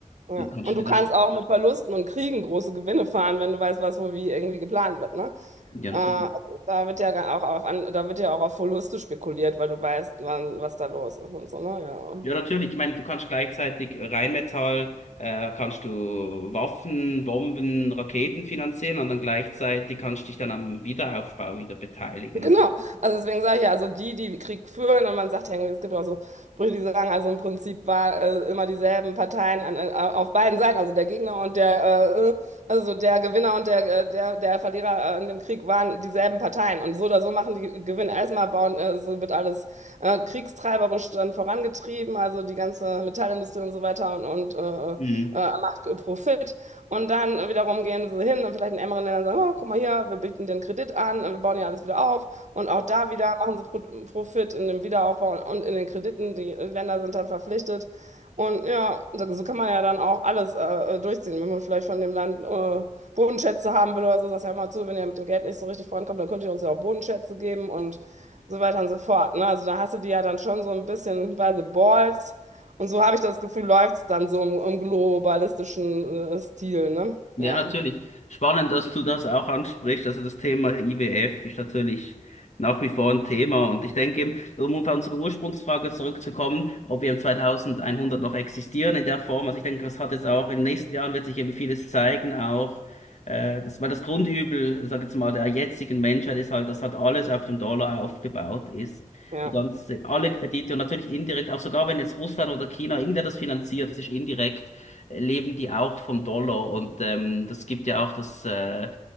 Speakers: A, on the right (about 60°); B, on the left (about 60°).
A: Ja.
B: Dann kannst
A: Und
B: du
A: du
B: dir
A: kannst
B: dann, sch-
A: auch mit Verlusten und Kriegen große Gewinne fahren, wenn du weißt, was wo wie irgendwie geplant wird, ne?
B: ja,
A: Äh,
B: natürlich.
A: also da wird ja gar auch auf, an- da wird ja auch auf Verluste spekuliert, weil du weißt, wann, was da los ist und so, ne? Ja.
B: Ja, natürlich. Ich meine, du kannst gleichzeitig Rheinmetall, äh, kannst du Waffen, Bomben, Raketen finanzieren und dann gleichzeitig kannst du dich dann am Wiederaufbau wieder beteiligen.
A: Genau,
B: Also,
A: also deswegen sage ich ja, also die, die Krieg führen, und man sagt ja irgendwie, es gibt auch so Sprüche, die sagen, also im Prinzip war äh, immer dieselben Parteien an, äh, auf beiden Seiten, also der Gegner und der, äh, äh, also der Gewinner und der, äh, der, der Verlierer äh, in dem Krieg waren dieselben Parteien. Und so oder so machen die Gewinn erstmal bauen, äh, so wird alles äh, kriegstreiberisch dann vorangetrieben, also die ganze Metallindustrie und so weiter und, und äh,
B: mhm.
A: äh, macht Profit. Und dann wiederum gehen sie hin und vielleicht in ärmeren Ländern sagen, oh, guck mal hier, wir bieten den Kredit an, äh, wir bauen ja alles wieder auf. Und auch da wieder machen sie Pro- Profit in dem Wiederaufbau und in den Krediten. Die Länder sind dann verpflichtet. Und ja, so so kann man ja dann auch alles äh, äh, durchziehen. Wenn man vielleicht von dem Land äh, Bodenschätze haben will oder so, sagst du ja mal zu, wenn ihr mit dem Geld nicht so richtig vorankommt, dann könnt ihr uns ja auch Bodenschätze geben und so weiter und so fort. Ne? Also da hast du die ja dann schon so ein bisschen by the balls. Und so habe ich das Gefühl, läuft es dann so im, im globalistischen äh, Stil. Ne?
B: Ja,
A: Ja,
B: natürlich. Spannend, dass du das auch ansprichst. Also das Thema IWF ist natürlich nach wie vor ein Thema. Und ich denke eben, um auf unsere Ursprungsfrage zurückzukommen, ob wir im 2100 noch existieren in der Form. Also ich denke, das hat jetzt auch in den nächsten Jahren wird sich eben vieles zeigen, auch äh, das, weil das Grundübel, sag jetzt mal, der jetzigen Menschheit ist halt, dass halt alles auf dem Dollar aufgebaut ist.
A: ja,
B: Die ganze, alle Kredite und natürlich indirekt, auch sogar wenn jetzt Russland oder China, irgendwer das finanziert, das ist indirekt leben die auch vom Dollar. Und ähm, das gibt ja auch das äh,